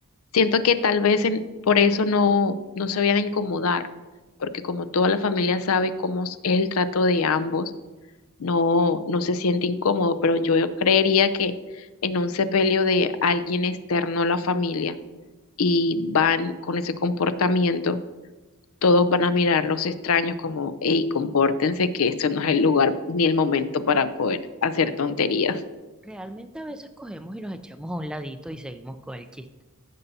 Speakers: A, on the left; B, in the centre.
A: siento que tal vez en- por eso no, no se vayan a incomodar, porque como toda la familia sabe cómo es el trato de ambos, no, no se siente incómodo, pero yo creería que en un sepelio de alguien externo a la familia y van con ese comportamiento, todos van a mirar los extraños como, hey, compórtense, que esto no es el lugar ni el momento para poder hacer tonterías.
B: Realmente a veces cogemos y nos echamos a un ladito y seguimos con el chiste.